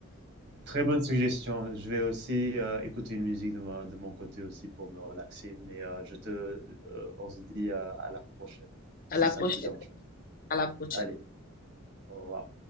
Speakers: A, on the right; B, on the left.
A: Très bonne suggestion. Je vais aussi euh, écouter une musique de, ma- de mon côté aussi pour me relaxer. Mais euh, je te, euh, on se dit euh, à la prochaine,
B: À
A: si
B: la
A: ça
B: prochaine.
A: ne te dérange pas.
B: À la prochaine.
A: Allez, au revoir.